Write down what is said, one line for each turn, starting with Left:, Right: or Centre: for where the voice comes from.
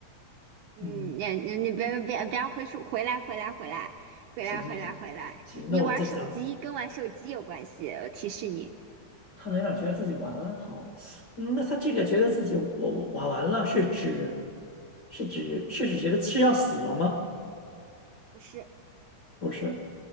Right: 嗯，
Left: 嗯，
Right: 你你你别别不要回溯，回来回来回来回来回来回来，
Left: 行行行行，
Right: 你玩手机跟玩手机有关系，
Left: 那我们再讲。
Right: 我提示你，
Left: 看到有点觉得自己完了，好，嗯那他这个觉得自己我我完完了，是指是指是指觉得是要死了吗？
Right: 不是
Left: 不是，